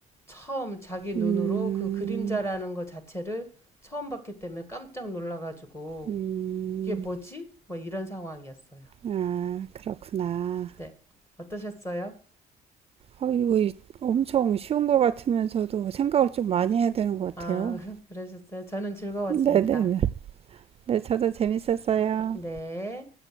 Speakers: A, on the left; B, on the right.
A: 처음 자기 눈으로
B: 음.
A: 그 그림자라는 것 자체를 처음 봤기 때문에 깜짝 놀라가지고,
B: 음.
A: 이게 뭐지? 뭐 이런 상황이었어요.
B: 아, 그렇구나.
A: 네. 어떠셨어요?
B: 어, 이거 이- 엄청 쉬운 것 같으면서도 생각을 좀 많이 해야 되는 것
A: 아,
B: 같아요.
A: <laughs> 그러셨어요? 저는 즐거웠습니다.
B: 네네네. 네, 네. 네, 저도 재밌었어요.
A: 네.